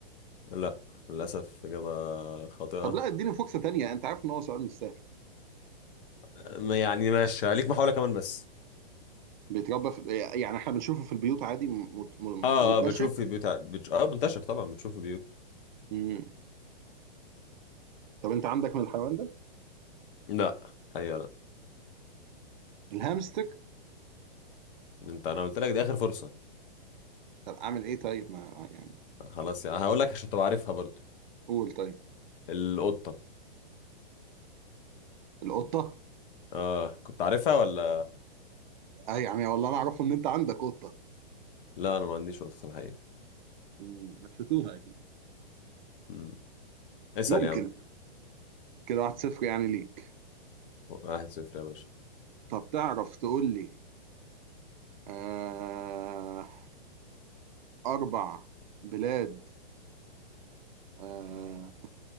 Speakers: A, on the left; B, on the right.
A: لا للأسف إجابة خاطئة
B: طب لا اديني فرصة تانية أنت عارف إن هو سؤال مش سهل
A: آه، ما- يعني ماشي ليك محاولة كمان بس
B: بيتربى في يعني إحنا بنشوفه في البيوت عادي م... م...
A: اه
B: منتشر
A: اه بتشوف في بيوت ع- بتش... اه منتشر طبعا بتشوف في بيوت
B: مم. طب أنت عندك من الحيوان ده؟
A: لا حقيقة لا
B: الهامستر
A: انت انا قلت لك دي اخر فرصة
B: طب أعمل إيه طيب ما يعني
A: خلاص يعني هقول لك عشان تبقى عارفها برضو
B: قول طيب
A: القطة
B: القطة
A: اه كنت عارفها ولا
B: أي يعني والله أنا أعرفه إن أنت عندك قطة
A: لا انا ما عنديش نقطة في الحقيقة
B: مم، مشيتوها اكيد
A: مم. اسأل
B: ممكن
A: يا عم
B: كده واحد صفر يعني ليك
A: واحد صفر يا باشا
B: طب تعرف تقول لي آه أربع بلاد آه